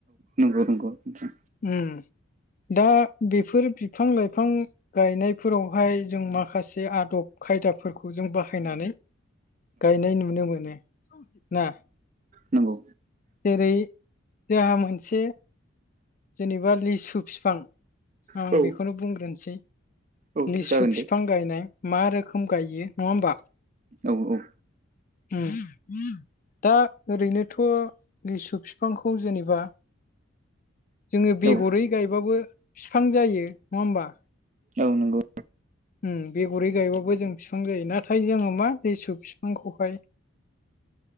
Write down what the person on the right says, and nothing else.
नोंगौ नोंगौ नोंथां।
नंगौ
नोंथां औ
औ
नंगौ औ
जागोन दे
औ औ
औ
औ नंगौ।